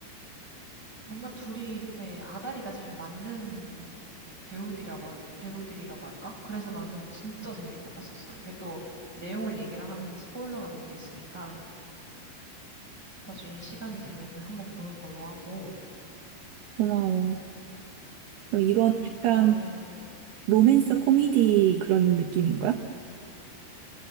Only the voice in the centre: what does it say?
뭔가 둘이 이렇게 아다리가 잘 맞는 배우들이라고, 할- 배우들이라고 할까? 그래서 나는 진짜 재밌게 봤었어. 이게 또 내용을 얘기를 하면 스포일러가 될 수 있으니까 나중에 시간이 되면은 한번 보는 걸로 하고,
음,
그다음에,
음,